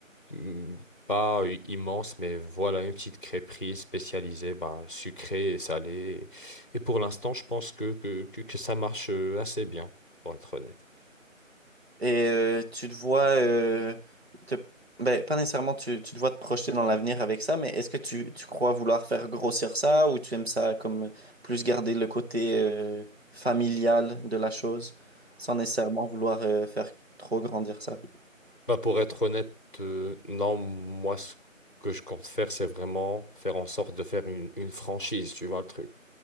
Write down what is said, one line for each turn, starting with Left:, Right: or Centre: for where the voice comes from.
Left: Hmm, Pas euh, immense, mais voilà, une petite crêperie spécialisée, bah, sucrée et salée. Et et pour l'instant, je pense que, que, que, que ça marche euh, assez bien, pour être honnête.
Right: Et euh, tu te vois, euh, te- ben, pas nécessairement tu, tu te vois te projeter dans l'avenir avec ça, mais est-ce que tu, tu crois vouloir faire grossir ça ou tu aimes ça comme plus garder le côté euh, familial de la chose sans nécessairement vouloir euh, faire trop grandir ça?
Left: Bah, pour être honnête, euh, non, moi, ce que je compte faire, c'est vraiment faire en sorte de faire une, une franchise, tu vois le truc.